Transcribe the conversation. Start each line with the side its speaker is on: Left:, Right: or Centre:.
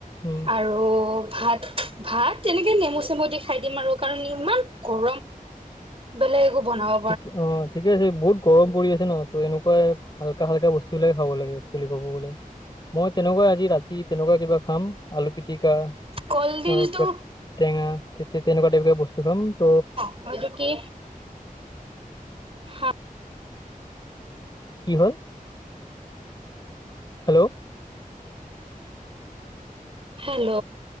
Left: উম
Right: আৰু ভাত, ভাত তেনেকে নেমু, চেমু দি খাই দিম আৰু কাৰণ ইমান গৰম বেলেগ একো বনাও
Left: ঠিক অ'। ঠিকে আছে বহুত গৰম পৰি আছে ন ত' এনেকুৱাই হাল্কা, হাল্কা বস্তু বিলাকে খাব লাগে একচুৱেলি কব গ'লে মই তেনেকুৱা আজি ৰাতি তেনেকুৱা কিবা খাম আলু পিটিকা
Right: কলডিলটো
Left: আৰু কিবা টেঙা তেয়া তেনেকুৱা টাইপৰ কিবা বস্তু খাম ত
Right: অহ, এইটো কি? হা
Left: কি হ'ল হেল্ল'।
Right: হেল্ল'